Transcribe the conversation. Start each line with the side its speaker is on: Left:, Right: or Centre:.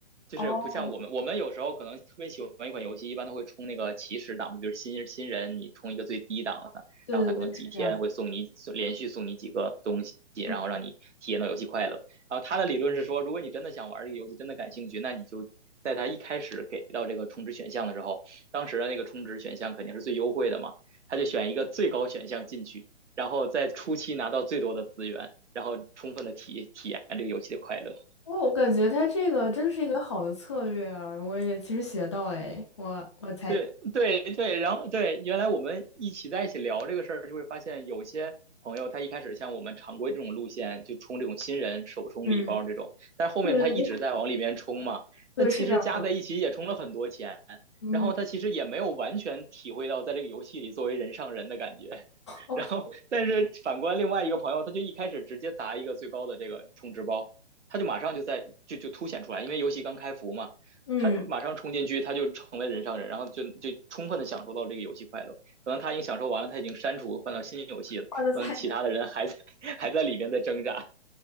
Right: 就是不像我们，
Left: 哦，
Right: 我们有时候可能特别喜欢一款游戏，一般都会充那个起始档，比如新新人你充一个最低档的，
Left: 对对对，
Right: 然后他可能几天会送你送连续送你几个东西，
Left: 是这样子。嗯，
Right: 然后让你体验到游戏快乐。然后他的理论是说，如果你真的想玩这个游戏，真的感兴趣，那你就在他一开始给到这个充值选项的时候，当时的那个充值选项肯定是最优惠的嘛，他就选一个最高选项进去，然后在初期拿到最多的资源，然后充分的体体验这个游戏的快乐。
Left: 哦，我感觉他这个真的是一个好的策略啊，我也其实学到了诶，我我才，
Right: 对对对，然后对，原来我们一起在一起聊这个事儿，就会发现有些朋友他一开始像我们常规这种路线，就充这种新人首充礼包这种，
Left: 嗯，
Right: 但是后面他一直在往里面充嘛，
Left: 对对对，对，
Right: 那其实加在一起也充了很多钱，
Left: 是这样子。嗯
Right: 然后他其实也没有完全体会到在这个游戏里作为人上人的感觉，<laughs>
Left: ，OK，
Right: 然后但是反观另外一个朋友，他就一开始直接砸一个最高的这个充值包，他就马上就在就就凸显出来，因为游戏刚开服嘛。
Left: 嗯，
Right: 他马上冲进去，他就成为人上人，然后就就充分的享受到这个游戏快乐。可能他已经享受完了，他已经删除换到新游戏了，
Left: 换的菜。
Right: 可能其他的人还在还在里边在挣扎，